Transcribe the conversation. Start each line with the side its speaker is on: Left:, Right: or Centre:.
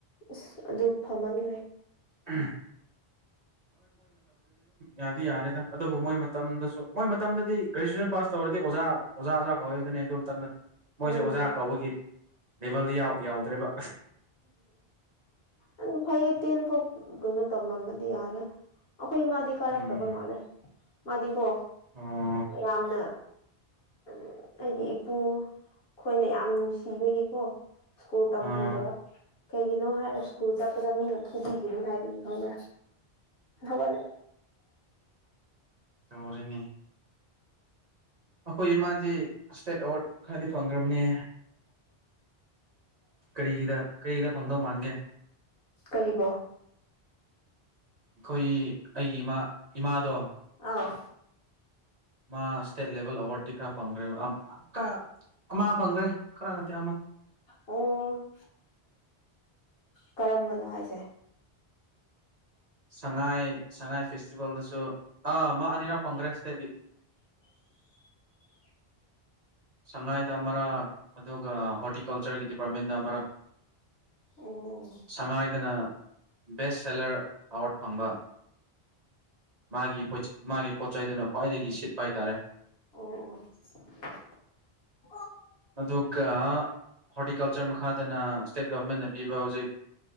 Left: ꯎꯁ ꯑꯗꯨ ꯐꯝꯍꯟꯈ꯭ꯔꯦ
Right: ꯎ ꯌꯥꯗꯤ ꯌꯥꯔꯦꯗ ꯑꯗꯨꯕꯨ ꯃꯣꯏ ꯃꯇꯝꯗꯁꯨ ꯃꯣꯏ ꯃꯇꯝꯗꯗꯤ ꯒ꯭ꯔꯦꯖꯨꯋꯦꯁꯟ ꯄꯥꯁ ꯇꯧꯔꯗꯤ ꯑꯣꯖꯥ ꯑꯣꯖꯥ ꯑꯣꯖꯥ ꯀꯧꯗꯨꯅꯤ ꯑꯗꯨ ꯃꯇꯝꯗ ꯃꯣꯏꯁꯨꯦ
Left: ꯎꯝ
Right: ꯑꯣꯖꯥ ꯀꯧꯕꯒꯤ ꯂꯦꯚꯦꯜꯗꯤ ꯌꯥꯎꯗ꯭ꯔꯦꯕ
Left: ꯑꯗꯨ ꯐꯩꯌꯦ ꯇꯦꯟ ꯐꯥꯎ ꯀꯩꯅꯣ ꯇꯝꯃꯝꯃꯗꯤ ꯌꯥꯔꯦ ꯑꯩꯈꯣꯏ ꯃꯥꯗꯤ ꯀꯥꯔꯛꯇꯕ
Right: ꯎꯝ
Left: ꯃꯥꯜꯂꯦ ꯃꯥꯗꯤꯀꯣ
Right: ꯑꯣ
Left: ꯌꯥꯝꯅ ꯎꯝ ꯑꯩꯗꯤ ꯏꯄꯨ ꯑꯩꯈꯣꯏꯅ ꯌꯥꯝ ꯅꯨꯡꯁꯤꯕꯒꯤꯀꯣ ꯁ꯭ꯀꯨꯜ ꯇꯝꯍꯟꯗꯕ
Right: ꯑꯥ
Left: ꯀꯩꯒꯤꯅꯣ ꯍꯥꯏꯔꯣ ꯁ꯭ꯀꯨꯜ ꯆꯠꯄꯗ ꯃꯤꯅ ꯐꯨꯕꯤꯒꯅꯤ ꯍꯥꯏꯕꯅꯤ ꯈꯪꯕ꯭ꯔꯥ ꯍꯧꯒꯠꯂꯦ
Right: ꯇꯧꯔꯤꯅꯤ ꯑꯩꯈꯣꯏ ꯏꯃꯥꯗꯤ ꯏꯁꯇꯦꯠ ꯑꯦꯋꯥꯔꯗ ꯈꯔꯗꯤ ꯐꯪꯈ꯭ꯔꯕꯅꯦ ꯀꯔꯤꯒꯤꯗ ꯀꯔꯤꯒꯤꯗ ꯐꯪꯗꯧ ꯃꯥꯟꯒꯦ
Left: ꯀꯔꯤꯕꯣ
Right: ꯑꯩꯈꯣꯏ ꯑꯩꯒꯤ ꯏꯃꯥ ꯏꯃꯥꯗꯣ
Left: ꯑꯥꯎ
Right: ꯃꯥ ꯏꯁꯇꯦꯠ ꯂꯦꯚꯦꯜ ꯑꯦꯋꯥꯔꯗꯇꯤ ꯈꯔ ꯐꯪꯈ꯭ꯔꯦꯕ ꯐꯪꯈ꯭ꯔꯦ ꯈꯔ ꯅꯠꯇꯦꯃ
Left: ꯑꯣ ꯀꯔꯝꯕꯅꯣ ꯍꯥꯏꯁꯦ
Right: ꯁꯉꯥꯏ ꯁꯉꯥꯏ ꯐꯦꯁꯇꯤꯚꯦꯜꯗꯁꯨ ꯑꯥ ꯃꯥ ꯑꯅꯤꯔꯛꯄꯪꯒ꯭ꯔꯦ ꯏꯁꯇꯦꯠꯒꯤ ꯁꯉꯥꯏꯗ ꯑꯃꯔꯛ ꯑꯗꯨꯒ ꯍꯣꯔꯇꯤꯀꯜꯆꯔꯒꯤ ꯗꯤꯄꯥꯔꯠꯃꯦꯟꯗ ꯑꯃꯔꯛ
Left: ꯎꯝ
Right: ꯁꯉꯥꯏꯗꯅ ꯕꯦꯁ ꯁꯦꯂꯔ ꯑꯦꯋꯥꯔꯠ ꯐꯪꯕ ꯃꯥꯒꯤ ꯃꯥꯒꯤ ꯄꯣꯠ ꯆꯩꯗꯨꯅ ꯈ꯭ꯋꯥꯏꯗꯒꯤ ꯁꯤꯠꯄ ꯍꯥꯏꯇꯥꯔꯦ
Left: ꯑꯣ
Right: ꯑꯗꯨꯒ ꯍꯣꯔꯇꯤꯀꯜꯆꯔ ꯃꯈꯥꯗꯅ ꯏꯁꯇꯦꯠ ꯒꯚꯔꯃꯦꯟꯅ ꯄꯤꯕ ꯍꯧꯖꯤꯛ